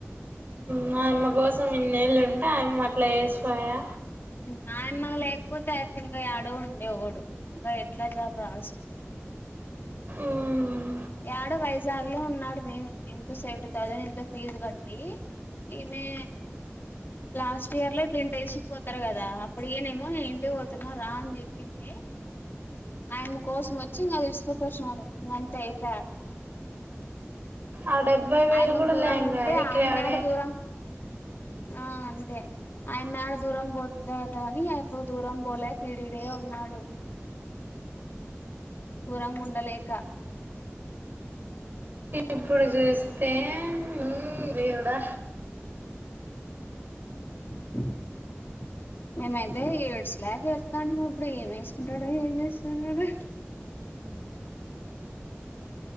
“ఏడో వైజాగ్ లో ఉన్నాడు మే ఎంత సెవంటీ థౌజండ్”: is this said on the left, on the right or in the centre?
Left